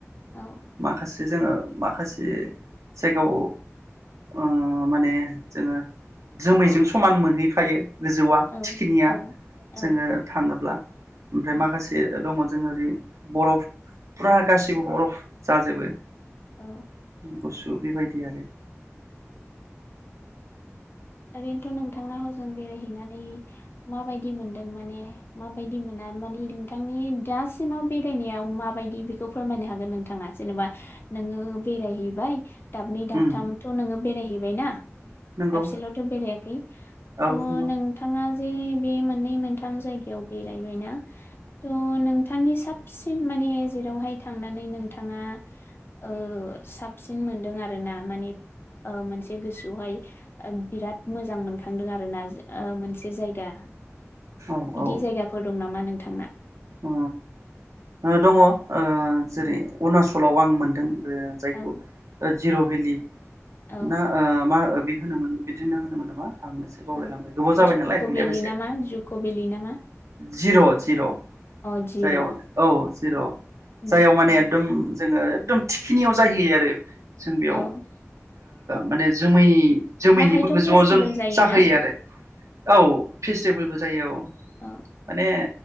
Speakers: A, on the left (about 50°); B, on the right (about 80°).
A: औ
B: माखासे जोंङो माखासे जायगायाव ओ माने जोंङो जोमैजों समान मोनहैफायो। गोजौआ
A: औ
B: थिखिनिया
A: औ
B: जोङो
A: औ
B: माब्ला ओमफ्राय
A: औ
B: माखासे दङ जोङो ओरै बरफ फुरा गासिबो बरफ जाजोबो
A: औ।
B: गुसु बेबायदि आरो।
A: ओरैनोथ' नोंथांया हजों बेरायहैनानै माबायदि मोनदों माने माबायदि मोना मानि नोंथांनि दासिमाव बेरायनायाव माबायदि बेखौ फोरमायनो हागोन नोंथाङा? जेनबा नोंङो बेरायहैबाय दाबनै दाबथामथ'
B: उम
A: नोंङो बेरायहैबाय ना दाबसेल'
B: नंगौ
A: <unintelligible> बेरायाखै थ'
B: औ नंगौ
A: नोंथाङा जे बे मोननै मोनथाम जायगायाव बेरायबायना थ नोंथांनि साबसिन माने जेरावहाय थांनानै नोंथाङा ओ‌ साबसिन मोनदों आरो ना माने ओ मोनसे गोसोआवहाय बिराद मोजां मोनखांदों आरो ना मोनसे जायगा
B: औ
A: बिदि
B: औ
A: जायगाफोर दं नामा? मा नोंथांना?
B: अ ओ दङ। ओ जेरै
A: ओ
B: अरुणाचलाव आं मोन नोंथां ओ जायखौ
A: औ
B: जिर' बेलि
A: औ
B: ना ओ मा ओ बे होनोमोन बिदिनो होनोमोन नामा आंनोसो बावलायलांबाय
A: औ
B: गोबाव जाबाय
A: जुक'
B: नालाय थांनायाबो
A: भेलि
B: एसे
A: नामा जुक' भेलि नामा
B: जिर' जिर'
A: अ जिर'
B: जायाव औ जिर'
A: उम
B: जाययाव माने एकदम जोङो एकदम थिखिनियाव जाहैयो आरो जों बेयाव
A: औ
B: ओ माने जोमै जोमैनिबो
A: बाहायथ'
B: गोजौआव
A: फेस्टिभेल
B: जों
A: जायोना
B: जाहोयो आरो औ फेस्टिभेलबो जायो औ
A: औ
B: माने